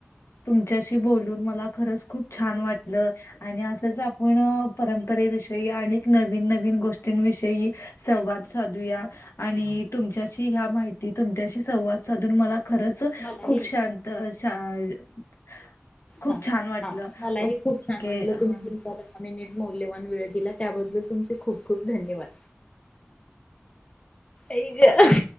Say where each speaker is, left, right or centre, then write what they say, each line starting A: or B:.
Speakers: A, on the left; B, on the left.
A: तुमच्याशी बोलून, मला खरंच खूप छान वाटलं. आणि असंच आपण परंपरेविषयी, आणिक नवीन नवीन गोष्टींविषयी संवाद साधूया. आणि तुमच्याशी ह्या माहिती, तुमच्याशी संवाद साधून मला खरंच,
B: मलाही
A: खूप शांत, अ, शा खूप
B: हां,
A: छान वाटलं
B: हा, मलाही
A: ओके
B: खूप छान वाटलं,
A: हा
B: तुम्ही तुमचा दहा मिनिट मौल्यवान वेळ दिला, त्याबद्दल तुमचे खूप खूप धन्यवाद. आईग.